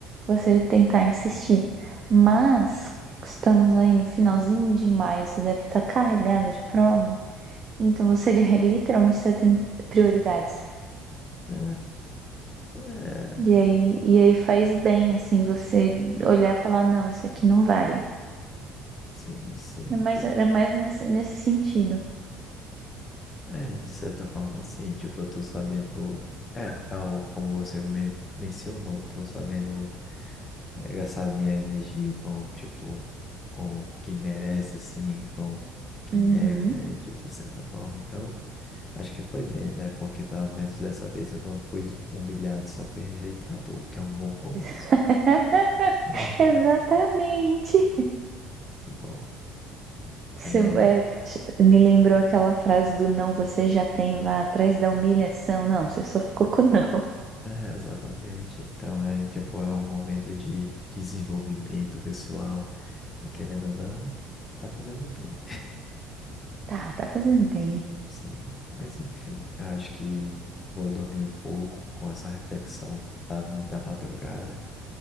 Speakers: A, on the right; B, on the left.
A: você tentar insistir. Mas estamos aí no finalzinho de maio, você deve estar carregada de prova, então você <laughs> li- literalmente você tem prioridades.
B: É, é,
A: E aí, e aí faz bem, assim, você olhar e falar, não, isso aqui não vale.
B: sim, sim,
A: Mas
B: tipo,
A: era mais nesse, nesse sentido.
B: É, de certa forma, sim. Tipo, eu tô sabendo. É, é o, como você men- mencionou, tô sabendo é, gastar minha energia com, tipo, com quem merece, assim, com quem
A: Uhum.
B: deve, né, de ter certa forma. Então, acho que foi bem, né? Porque pelo menos dessa vez eu não fui humilhado, só fui rejeitado, o que é um bom começo.
A: <laughs>
B: É.
A: Exatamente.
B: Que bom.
A: Você,
B: é
A: é, me lembrou aquela frase do não, você já tem, vá atrás da humilhação. Não, você só ficou com não.
B: É, exatamente. Então é tipo, é um momento de desenvolvimento pessoal. E querendo ou não, tá fazendo bem.
A: Tá, tá fazendo bem.
B: <laughs> Sim. Mas enfim, eu acho que vou dormir um pouco com essa reflexão da, da madrugada.